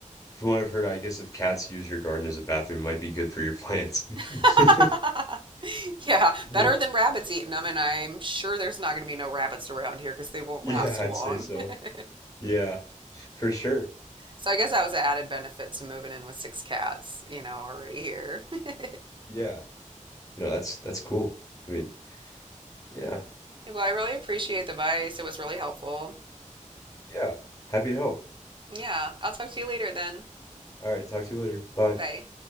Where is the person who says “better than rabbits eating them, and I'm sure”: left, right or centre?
Right